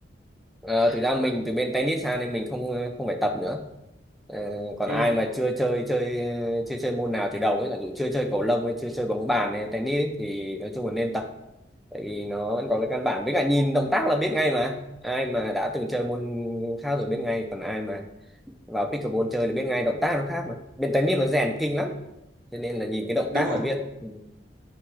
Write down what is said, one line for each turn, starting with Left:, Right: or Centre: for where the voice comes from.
Centre: Ờ, thực ra mình từ bên tennis sang nên mình không không phải tập nữa Ờ, còn
Right: Ừ,
Centre: ai mà chưa chơi chơi chơi chơi môn nào từ đầu ấy, giả dụ chưa chơi cầu lông hay chưa chơi bóng bàn hay tennis ấy, thì nói chung là nên tập tại vì nó vẫn có cái căn bản với cả nhìn động tác là biết ngay mà ai mà đã từng chơi môn khác rồi biết ngay còn ai mà vào pickleball chơi là biết ngay động tác nó khác mà bên tennis nó rèn kinh lắm cho nên là nhìn cái động
Right: đúng
Centre: tác
Right: rồi.
Centre: là biết ừ.